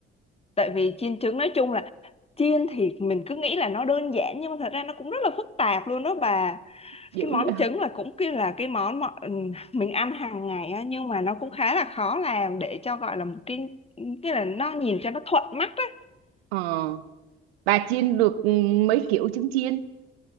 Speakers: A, on the left; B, on the right.
A: tại vì chiên trứng nói chung là chiên thì mình cứ nghĩ là nó đơn giản nhưng mà thật ra nó cũng rất là phức tạp luôn đó bà
B: dữ
A: cái
B: vậy.
A: món trứng là cũng kia là cái món mà ừ, mình ăn hàng ngày á nhưng mà nó cũng khá là khó làm để cho gọi là một cái cái là nó nhìn cho nó thuận mắt á
B: Ờ. bà chiên được ừ, mấy kiểu trứng chiên